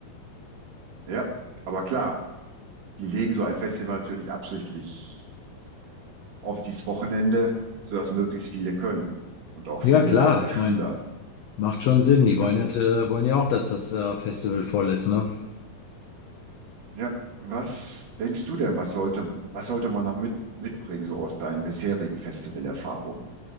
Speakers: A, on the right; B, on the left.
A: ja. Aber klar, die legen so ein Festival natürlich absichtlich auf dieses Wochenende, sodass möglichst viele können und auch viele
B: Ja, klar,
A: äh,
B: ich
A: Schüler.
B: meine, macht schon Sinn. Die
A: Ja,
B: wollen ja, äh, wollen ja auch, dass das äh, Festival voll ist, ne?
A: ja. Was denkst du denn, was sollte, was sollte man noch mit, mitbringen, so aus deinen bisherigen Festivalerfahrungen?